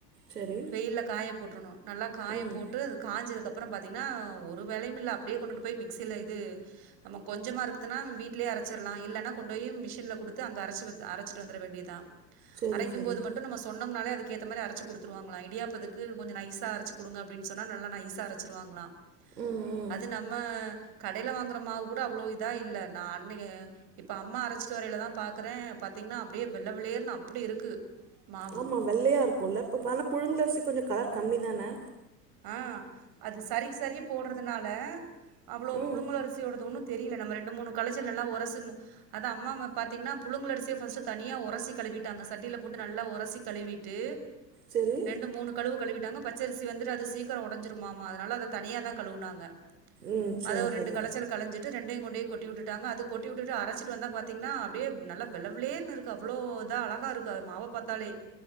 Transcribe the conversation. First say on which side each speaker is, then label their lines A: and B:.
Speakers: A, on the right; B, on the right.
A: சரி
B: வெயில்ல காய போட்றனு நல்லா காய
A: ம்
B: போட் டு அது காஞ்சதுக்கப்பறோ பாத்தீங்ன்னா ஒரு வேலயுமில்ல அப்டியே கொண்டுட்டு போய் மிக்சில இது நம்ம கொஞ்சமா இருக்குதுன்னா வீட்லயே அரச்சிர்லா இல்லன்னா கொண்டு போய் மிஷின்ல குடுத்து அங்க அரச்சி அரச்சிட்டு வந்துர வேண்டியதா
A: சரி
B: அரைக்கும்
A: சரி
B: போது மட்டு நம்ம சொன்னோம்னாலே அதுக்கு ஏத்த மாரி அரச்சி குடுத்துருவாங்களா இடியாப்பத்துக்கு கொஞ்சோ நைசா அரச்சி குடுங்க அப்டின் சொன்னா நல்லா நைசா அரச்சிருவாங்ளா
A: ம் ம்
B: அது நம்ம கடேல வாங்குற மாவு கூட அவ்ளோ இதா இல்ல நா அன்னிக்கே இப்ப அம்மா அரச்சிட்டு வரைலேதா பாக்குறே பாத்தீங்கன்னா அப்டியே வெள்ள வெளேர்ன்னு அப்டி இருக்கு மாவு.
A: ஆமா வெள்ளயா இருக்குல்ல இப்ப ஆனா புழுங்கலரிசி கொஞ்சோ கலர் கம்மி தான
B: ஆ அது சரிக்கி சரி போடுறதுனால அவ்ளோ
A: ம்
B: புழுங்க அரிசியோடது ஒண்ணு தெரியல நம்ம ரெண்டு மூணு கலைச்சல் நல்லா ஒரசிர்னு அத அம்மாவ பாத்தீங்கன்னா புழங்கல் அரிசிய ஃபர்ஸ்டு தனியா உரசி கழுவிட்டாங்க சட்டில போட்டு நல்லா உரசி கழுவிட் ட்டு
A: சரி
B: ரெண்டு மூணு கழுவு கழுவிட்டாங்க பச்சரிசி வந்து ந்து அது சீக்கரோ ஒடஞ்சுரூமாம்மா அதுனால அத தனியா தா கழுவுனாங்க
A: ம் சரி
B: அத ஒரு ரெண்டு
A: சரி
B: கலச்சலக்கு கலஞ்சிட்டு ரெண்டையு கொண்டே கொட்டி வுட்டுட்டாங்க அது கொட்டி வுட்டுட்டு அரச்சுட்டு வந்தா பாத்தீங்கனா அப்டியே நல்லா வெள்ள வெள்ரேர்னு இருக் அது அவ்ளோ இதா அழகா இருக்கு அது மாவ பாத்தாலே